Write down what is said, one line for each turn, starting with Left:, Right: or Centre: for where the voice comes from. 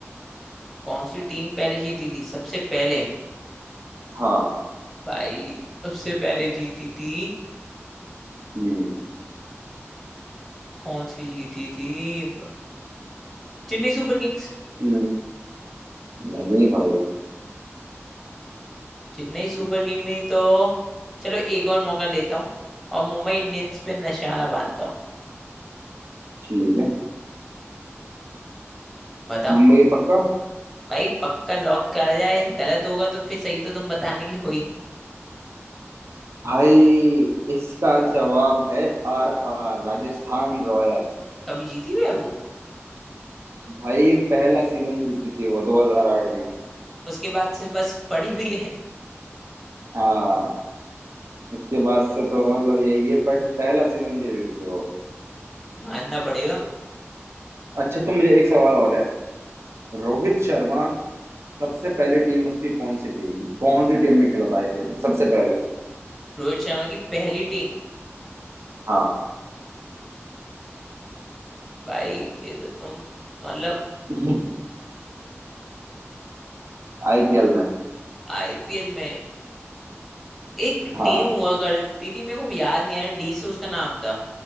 Centre: कौन सी टीम पहले जीती थी सबसे पहले
Right: हाँ
Centre: भाई सबसे पहले जीती थी
Right: हम्म
Centre: कौन सी जीती थी ब- Chennai super kings
Right: हम्म, नहीं भाई
Centre: Chennai super king नहीं तो चलो एक और मौका लेता हूँ और मुंबई इंडियंस पे निशाना बांधता हूँ
Right: ठीक है
Centre: बताओ
Right: मुंबई पक्का
Centre: भाई पक्का लॉक करा जाए गलत होगा तो फिर सही तो तुम बताने के लिए हुई
Right: भाई इसका जवाब है आर आर राजस्थान रॉयल
Centre: कभी जीती हुई है वो
Right: भाई पहला सीजन जीती थी वो 2008 में
Centre: उसके बाद से बस पड़ी हुई है
Right: हाँ उसके बाद से तो मतलब यही है बट पहला सीजन जीती थी वो
Centre: <laughs> मानना पड़ेगा
Right: अच्छा तो मुझे एक सवाल और है रोहित शर्मा सबसे पहले टीम उसकी कौन सी थी कौन सी टीम में खेला था आईपीएल में सबसे पहले
Centre: रोहित शर्मा की पहली टीम
Right: हाँ
Centre: भाई ये तो तुम मतलब
Right: <laughs> आईपीएल में
Centre: आईपीएल में एक
Right: हाँ
Centre: टीम हुआ करती थी मेरे को याद नहीं आ रहा डी से उसका नाम था